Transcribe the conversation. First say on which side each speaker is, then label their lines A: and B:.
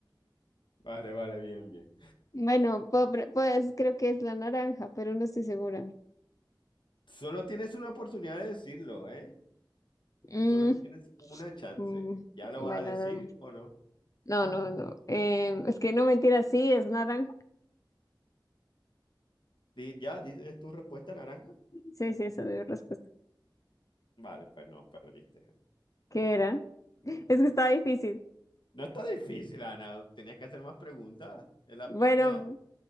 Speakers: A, on the left; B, on the left.
A: Vale, vale, bien, bien.
B: Bueno, puedo pre- pues creo que es la naranja, pero no estoy segura.
A: Solo tienes una oportunidad de decirlo, ¿eh?
B: Mm,
A: Solo tienes una chance.
B: mm,
A: ¿Ya lo
B: bueno,
A: vas a decir o no?
B: no, no, no. no. Em, es que no mentira, sí, es naranja.
A: Di- ya, di- ¿es tu respuesta naranja?
B: Sí, sí, esa es mi respuesta.
A: Vale, pues no, perdiste.
B: ¿Qué era? <laughs> Es que estaba difícil.
A: No está difícil, Ana. Tenías que hacer más preguntas. Es la
B: Bueno,
A: piña.